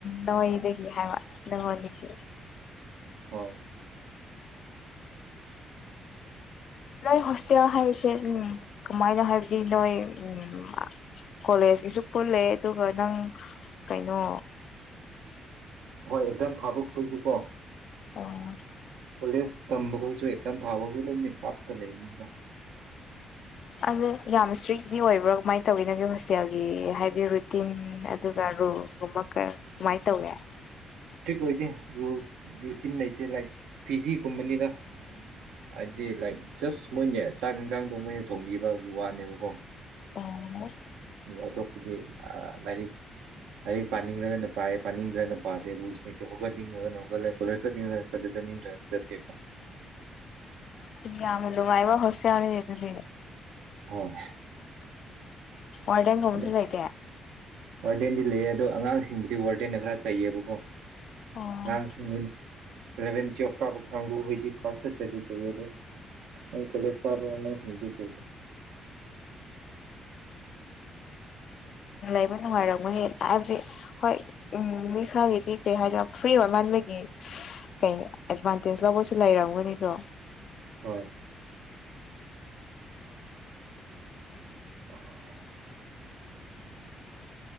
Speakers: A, on the left; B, on the right.
A: ꯅ‌ꯣꯏꯗꯒꯤ ꯍꯥꯏꯕ ꯅꯪꯉꯣꯟꯗꯒꯤ
B: ꯍꯣꯏ
A: ꯅꯣꯏ ꯍꯣꯁꯇꯦꯜ ꯍꯥꯏꯕꯁꯦ ꯎꯝ ꯀꯃꯥꯏꯅ ꯍꯥꯏꯕꯗꯤ ꯅꯣꯏ ꯎꯝ ꯀꯣꯂꯦꯖꯀꯤꯁꯨ ꯄꯨꯜꯂꯦ ꯑꯗꯨꯒ ꯅꯪ ꯀꯩꯅꯣ
B: ꯍꯣꯏ ꯑꯦꯛꯖꯥꯝ ꯊꯥꯕꯛꯈꯣꯏꯁꯨ ꯀꯣ
A: ꯑꯣ
B: ꯀꯣꯂꯦꯖ ꯇꯝꯕꯒꯣꯏꯁꯨ ꯑꯦꯛꯖꯥꯝ ꯊꯥꯕ ꯍꯧꯖꯤꯛ ꯂꯣꯏ ꯃꯤꯛꯁꯆꯞꯇ ꯂꯩꯕꯅꯤꯗ
A: ꯑꯗꯨ ꯌꯥꯝ ꯏꯁꯇ꯭ꯔꯤꯛꯗꯤ ꯑꯣꯏꯕ꯭ꯔꯣ ꯀꯃꯥꯏ ꯇꯧꯋꯤ ꯅꯪꯒꯤ ꯍꯣꯁꯇꯦꯜꯒꯤ ꯍꯥꯏꯕꯗꯤ ꯔꯨꯇꯤꯟ ꯑꯗꯨꯒ ꯔꯨꯜꯁ ꯀꯨꯝꯕ ꯀ꯭ꯔ ꯀꯃꯥꯏ ꯇꯧꯒꯦ
B: ꯏꯁꯇ꯭ꯔꯤꯛ ꯑꯣꯏꯗꯦ ꯔꯨꯜꯁ ꯔꯨꯇꯤꯟ ꯂꯩꯇꯦ ꯅꯥꯏꯛ ꯄꯤꯖꯤꯒꯨꯝꯕꯅꯤꯗ ꯍꯥꯏꯗꯤ ꯂꯥꯏꯛ ꯖꯁ ꯃꯣꯏꯅꯦ ꯆꯥꯛ ꯏꯟꯖꯥꯡꯗꯣ ꯃꯣꯏꯅ ꯊꯣꯡꯕꯤꯕꯒꯤ ꯋꯥꯅꯦꯕꯀꯣ
A: ꯑꯣ
B: ꯑꯇꯣꯞꯄꯗꯤ ꯑ ꯂꯥꯏꯔꯤꯛ ꯂꯥꯏꯔꯤꯛ ꯄꯥꯅꯤꯡꯉꯒꯅ ꯄꯥꯏꯌꯦ ꯄꯥꯅꯤꯡꯗ꯭ꯔꯒꯅ ꯄꯥꯗꯦ ꯔꯨꯜꯁ ꯅꯤꯇꯦꯕꯀꯣ ꯅꯤꯡꯉꯒꯅ ꯍꯧꯒꯠꯂ ꯀꯣꯂꯦꯖ ꯆꯠꯅꯤꯡꯉꯒꯅ ꯆꯠꯂꯦ ꯆꯠꯅꯤꯡꯗ꯭ꯔꯅ ꯆꯠꯇꯦꯀꯣ
A: ꯁꯤꯡ ꯌꯥꯝꯅ ꯅꯨꯡꯉꯥꯏꯕ ꯍꯣꯁꯇꯦꯜꯅꯤꯅꯦ ꯑꯗꯨꯗꯤ
B: ꯍꯣꯏ
A: ꯋꯥꯔꯗꯦꯟꯒꯨꯝꯕꯁꯨ
B: ꯑꯗꯣ
A: ꯂꯩꯇꯦ
B: ꯋꯥꯔꯗꯦꯟꯗꯤ ꯂꯩꯌꯦ ꯑꯗꯣ ꯑꯉꯥꯡꯁꯤꯡꯕꯨꯗꯤ ꯋꯥꯔꯗꯦꯟꯅ ꯈꯔ ꯆꯩꯩꯌꯦꯕꯀꯣ
A: ꯎꯝ
B: ꯑꯉꯥꯡ ꯁꯤꯡꯕꯦꯟꯅꯤꯁ ꯏꯂꯕꯦꯟ ꯇ꯭ꯌꯨꯋꯦꯞ ꯀꯥꯕ ꯀꯥꯡꯕꯨ ꯍꯣꯏꯗꯤ ꯀꯥꯁ ꯆꯠꯇ꯭ꯔꯗꯤ ꯆꯩꯌꯦ ꯑꯗꯣ ꯑꯩ ꯀꯣꯂꯦꯖ ꯀꯥꯕ ꯑꯉꯥꯡꯁꯤꯡꯗꯤ ꯆꯩꯗꯦ
A: ꯑꯩꯕ ꯅꯨꯡꯉꯥꯏꯔꯝꯒꯅꯤ ꯑꯥꯏꯕꯗꯤ ꯍꯣꯏ ꯎꯝ ꯃꯤ ꯈꯔꯒꯤꯗꯤ ꯀꯩ ꯍꯥꯏꯖꯤꯔ ꯐ꯭ꯔꯤ ꯑꯣꯏꯃꯟꯕꯒꯤ ꯀꯩ ꯑꯦꯠꯚꯥꯟꯇꯦꯖ ꯂꯧꯕꯁꯨ ꯂꯩꯔꯝꯒꯅꯤꯗꯣ
B: ꯍꯣꯏ <unintelligible>